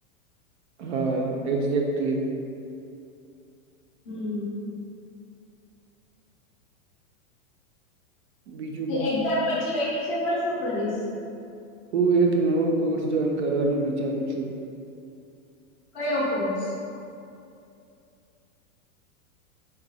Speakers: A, on the right; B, on the left.
A: હા એક્ઝેક્ટલી.
B: હમ.
A: બીજું બોલ
B: એક્ઝામ પછી વેકેશનમાં શું કરીશ.
A: હું એક નવો કોર્સ જોઈન કરવાનું વિચારું છું.
B: કયો કોર્સ